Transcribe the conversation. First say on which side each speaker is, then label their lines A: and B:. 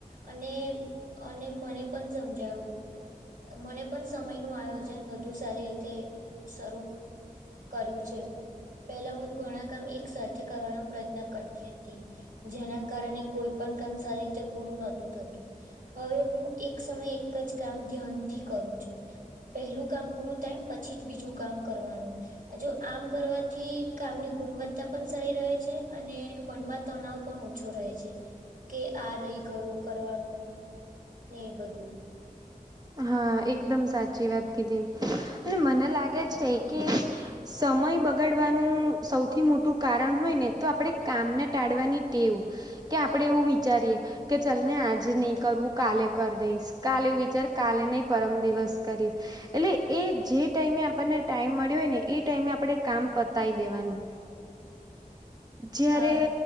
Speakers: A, on the right; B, on the right.
A: અને અને મને પણ સમજાવું. મને પણ સમય ન. આયોજન વધુ સારી રીતે શરૂ કર્યું છે. પેલા હું ઘણા કામ એક સાથે કરવાનો પ્રયત્ન કરતી હતી. જેના કારણે કોઈ પણ કામ સારી રીતે પૂરું નહોતું થતું. હવે હું એક સમયે. એક જ કામ ધ્યાન થી કરું છું. પહેલું કામ પૂરું થાય પછી જ બીજું. કામ કરવાનું. જો આમ કરવાથી કામની ગુણવત્તા. પણ સારી રહે છે. અને મનમાં તણાવ પણ ઓછો રહે છે. કે આ રહી ગયું કરવાનું, ને એ બધું.
B: હા! એકદમ સાચી વાત કીધી. અને મને લાગે છે કે. સમય બગાડવાનું સૌથી મોટું કારણ હોય ને, તો આપણેે કામને ટાળવાની ટેવ. કે આપડે એવું વિચારીએ, કે ચાલ ને આજે નહી કરવું, કાલે કરી દઈશ. કાલે એવું વિચાર. કાલે નહી, પરમ દિવસ કરીશ. એટલે એ જે ટાઈમે આપણને ટાઈમ મળ્યો હોય ને, એ ટાઈમે આપણે કામ પતાવી દેવાનું. જયારે.
A: હા